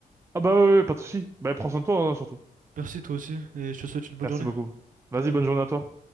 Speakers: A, on the right; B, on the right.
A: Ah bah ouais, ouais, pas de souci. Bah prends soin de toi, hein, surtout.
B: Merci, toi aussi, et je te souhaite une bonne
A: Merci
B: journée.
A: beaucoup. Vas-y,
B: Allez.
A: bonne journée à toi.